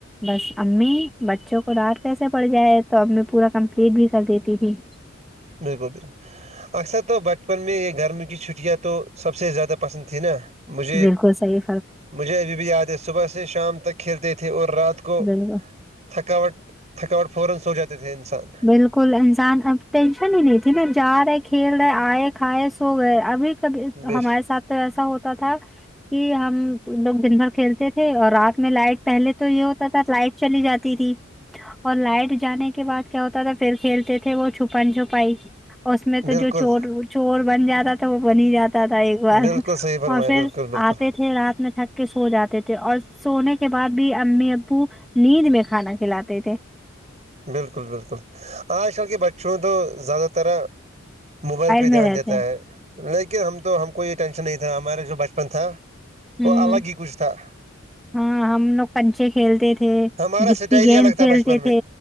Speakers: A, in the centre; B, on the right.
A: بس امی بچوں کو ڈانٹ کیسے پڑ جائے تو امی پورا کمپلیٹ بھی کر دیتی تھی
B: بالکل بالکل اکثر تو بچ بچپن میں یہ گرم کی چھٹیاں تو سب سے زیادہ پسند تھیں نا مجھے
A: بالکل صحی
B: مجھے ابھی بھی یاد ہے صبح سے شام تک کھیلتے تھے اور رات کو
A: بالکل
B: تھکاوٹ تھکاوٹ فورا سو جاتے تھے انسان
A: بالکل انسان اب ٹینشن ہی نہیں تھی نا جا رہے کھیل رہے آئے کھائے سو گئے ابھی تب
B: بش
A: ہمارے ساتھ تو ایسا ہوتا تھا کہ ہم لوگ دن بھر کھیلتے تھے اور رات میں لائٹ پہلے تو یہ ہوتا تھا لائٹ چلی جاتی تھی اور لائٹ جانے کے بعد کیا ہوتا تھا پھر کھیلتے تھے وہ چھپن چھپائی اس میں تو
B: بالکل
A: جو چور چور بن جاتا تھا تو وہ بن ہی جاتا تھا ایک بار
B: بالکل صحیح فرمایا
A: اور پھر
B: بالکل بالکل
A: آتے تھے رات میں تھک کے سو جاتے تھے اور سونے کے بعد بھی امی ابو نیند میں کھانا کھلاتے تھے
B: بالکل بالکل آج کل کے بچوں تو زیادہ ترح موبائل پہ
A: میں
B: دھیان
A: رہتے
B: دیتا
A: ہیں۔
B: ہے لیکن ہم تو ہم کو یہ ٹینشن نہیں تھا ہمارا جو بچپن تھا
A: ہوں
B: وہ الگ ہی کچھ تھا
A: ہاں ہم لوگ کنچے کھیلتے تھے
B: ہمارا
A: گیپی
B: اسٹائل
A: گیند
B: ہی الگ تھا
A: کھیلتے
B: بچپن میں
A: تھے